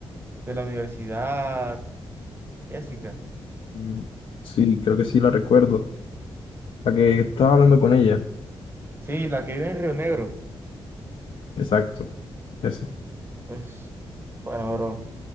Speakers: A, on the right; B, on the left.
A: de la universidad, Jessica?
B: bien. Sí, creo que sí la recuerdo. La que estaba hablando con ella.
A: Sí, la que vive en Río Negro.
B: Exacto. Eso.
A: Pues, bueno, bro,